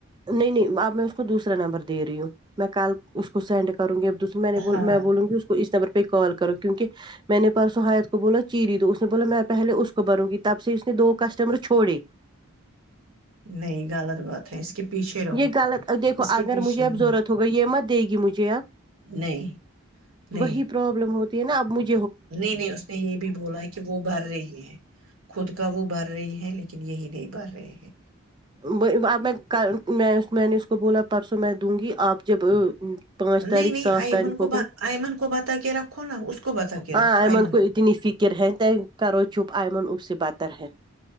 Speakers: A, on the right; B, on the right.
A: نہیں نہیں اب میں اس کو دوسرا نمبر دے رہی ہوں میں کل اس کو سینڈ کروں گی میں نےول
B: ہاں
A: میں بولوں گی اس کو اس طر پہ کال کرو کیونکہ میں نے پرسوں حیت کو بولا چیری تو اس نے بولا میں پہلے اس کو بروں گی تب سے اس نے دو کسٹمر چھوڑے
B: نہیں غلط بات ہے اس کے پیچھے رہو
A: یہ غلط دیکھو
B: اس کے
A: اگر
B: پیچھے
A: مجھے اب
B: ہاں
A: ضرورت ہوگا یہ مت دے گی مجھے اب
B: نہیں نہیں
A: وہی پرابلم ہوتا نا ابجھے
B: نہیں نہیں اس نے یہ بھی بولا کہ وہ بھر رہی ہے خود کا وہ بھر رہی ہے لیکن یہی نہیں کر رہے ہیں
A: اب میں میں میں نے اس کو بولا پرسوں میں دوں گی آپ جب پانچ
B: نہیں
A: تاریخ
B: نہیں
A: سات
B: آئمن
A: تاریخ
B: کو
A: ہوکن
B: آئمن کو بتا کے رکھو نا اس کو بتا کے
A: ہ
B: رکھو
A: ایمن
B: آئمن
A: کو اتنی فکر ہے کرو چپ ایئن اب سے بت اتر ہے